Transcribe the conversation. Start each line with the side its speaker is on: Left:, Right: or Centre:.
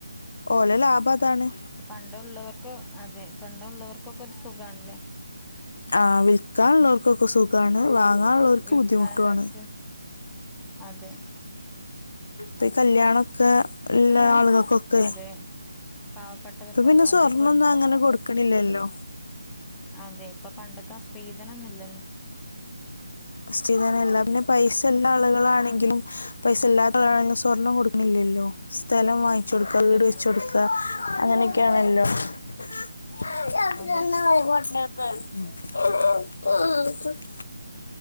Left: ഓലെ ലാഭതാണ്
Centre: പണ്ടള്ളവർക്കോ അതെ പണ്ടള്ളവർക്കൊക്കെ ഒരു സുഖണല്ലേ
Left: ആ വിൽക്കാനുള്ളോർക്കൊക്കെ സുഖാണ് വാങ്ങാനുള്ളോർക്ക്
Centre: വിൽക്കാനുള്ളവർക്ക്
Left: ബുദ്ധിമുട്ടു ആണ്
Centre: അതെ
Left: ത്ത് കല്യാണ ക്കേ
Centre: ഇപ്പ
Left: ഇല്ലേ ആളുകൾക്കൊക്കെ
Centre: അതെ പാവപ്പെട്ടവർക്ക്
Left: ന്ന് പ്പോ സ്വർണൊന്നും
Centre: അതിൽ പെട്ടു
Left: അങ്ങനെ
Centre: പോവും
Left: കൊടു ക്ക്ണില്ലല്ലോ
Centre: അതെ ഇപ്പൊ പണ്ടത്തെ സ്ത്രീധനൊന്നുല്ലല്ലോ.
Left: സ്ത്രീധനം ഇല്ല പിന്നെ പൈസ ഇള്ള ആളുകളാണെങ്കിലും
Centre: ഉം
Left: പൈസ ഇല്ലാത്തണങ്കിലും സ്വർണം കൊടുക്കണില്ലല്ലോ സ്ഥലം വാ ച്ച്ടുക്ക
Centre: ഇല്ലല്ല
Left: വീട് വെച്ച്ടുക്ക അങ്ങനെയൊക്കെയാണല്ലോ.
Centre: അതെ
Left: <unintelligible>
Centre: അതെ